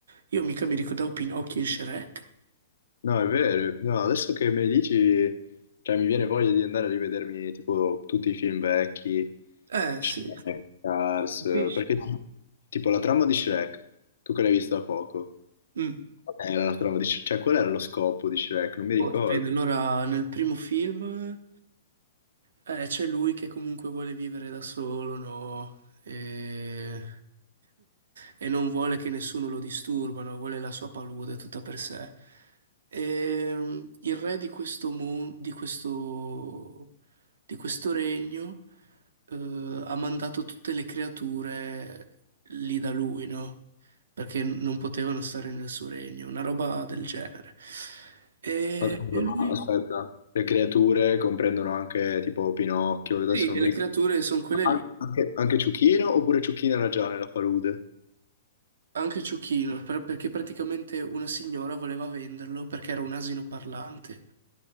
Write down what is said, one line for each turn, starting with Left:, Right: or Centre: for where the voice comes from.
Right: Io mica mi ricordavo Pinocchio in Shrek.
Left: No, è vero, no, adesso che me ne dici, cioè mi viene voglia di andare a rivedermi tipo tutti i film vecchi,
Right: Eh
Left: Shrek,
Right: sì,
Left: Cars,
Right: capisci?
Left: eh, perché tipo la trama di Shrek, tu che l'hai vista da poco,
Right: Mm.
Left: qual era la trama di Shrek, cioè qual era lo scopo di Shrek, non mi ricordo.
Right: Oh, dipende. Allora, nel primo film eh, c'è lui che comunque vuole vivere da solo, no? E e non vuole che nessuno lo disturbano, vuole la sua palude tutta per sé. E mm, il re di questo, mon- di questo, di questo regno eh, ha mandato tutte le creature lì da lui, no? Perché non potevano stare nel suo regno, una roba del genere. E,
Left: Ma scusa,
Right: e lui,
Left: ma aspetta, le creature comprendono anche tipo Pinocchio, adesso
Right: sì, e
Left: non
Right: le
Left: mi ricordo.
Right: creature sono quelle
Left: An-
Right: lì.
Left: Anche, anche Ciuchino oppure Ciuchino era già nella palude?
Right: Anche Ciuchino, per- perché praticamente una signora voleva venderlo perché era un asino parlante.